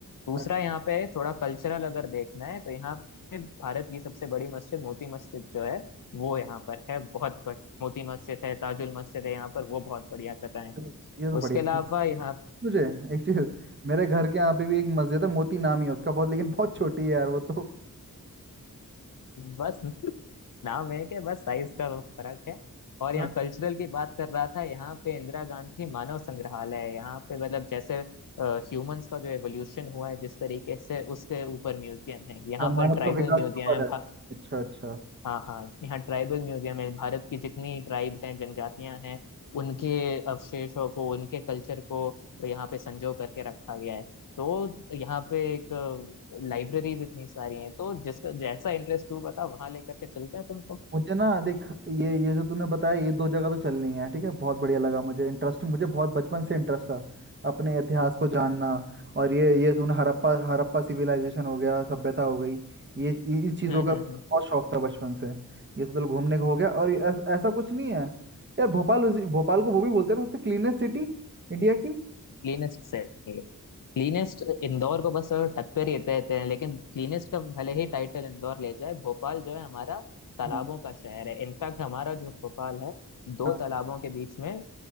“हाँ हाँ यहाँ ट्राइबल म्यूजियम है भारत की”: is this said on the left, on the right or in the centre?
Left